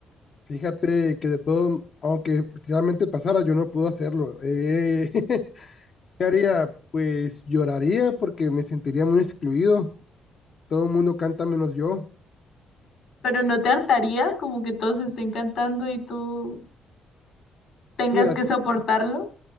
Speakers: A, on the left; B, on the left.
A: fíjate que de todo, aunque si realmente pasara, yo no puedo hacerlo. Eh, <laughs> ¿qué haría? Pues lloraría porque me sentiría muy excluido. Todo el mundo canta menos yo.
B: Pero ¿no te hartaría como que todos estén cantando y tú tengas
A: Mira,
B: que
A: si,
B: soportarlo?